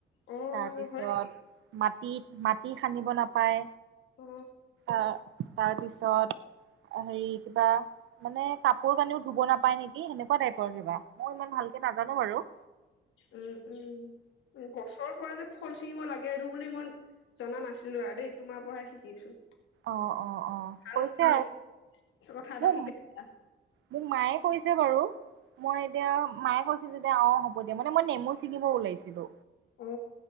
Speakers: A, on the left; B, on the right.
A: অ
B: তাৰপিছত
A: হয়
B: মাত মাটিত মাটি সানিব নাপায়।
A: অ
B: অহ ', তাৰ পিছত হেৰি কিবা মানে কাপোৰ কানিও ধুব নাপায় নেকি সেনেকুৱা টাইপৰ কিবা মই ইমান ভালকে নাজানো বাৰু।
A: উম - উম। উম, গছৰ পৰা যে ফল চিঙিব লাগে আৰু বুলি মই জনা নাছিলো আৰু দেই তোমাৰ পৰাহে শিকিছো।
B: অঁ অঁ অঁ
A: ভাল
B: কৈছে
A: তুমি এটা কথা
B: মোক
A: এটা শিকাইচা।
B: মোক মায়ে কৈছে বাৰু। মই এতিয়া মায়ে কৈছো। সি যদি আও হ'ব দিয়া মানে মই নেমু ছিঙিব ওলাইছিলো
A: অ